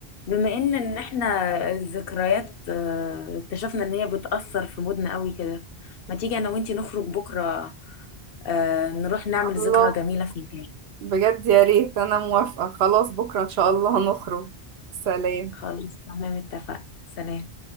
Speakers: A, on the left; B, on the right.
A: بما ان ان احنا الذكريات آه، اكتشفنا ان هي بتأثر في مودنا قوي كده ما تيجي انا وانتي نخرج بكرة آه، نروح نعمل
B: الله
A: ذكرى جميلة في البيت
B: بجد يا ريت انا موافقه خلاص بكره ان شاء الله هنخرج سلام
A: خلاص تمام اتفقنا سلام